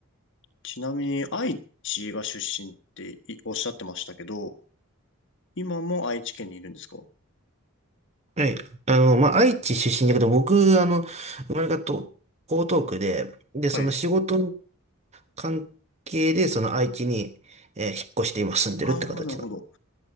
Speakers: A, on the left; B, on the right.
A: ちなみに、愛知が出身っていおっしゃってましたけど、今も愛知県にいるんですか
B: はい。あの、まあ、愛知出身だけど、僕、あの、生まれがと江東区で、で、
A: はい。
B: その仕事の関係で、その愛知に、えー引っ越して今住んでるって形なんです。
A: ああ、なるほど。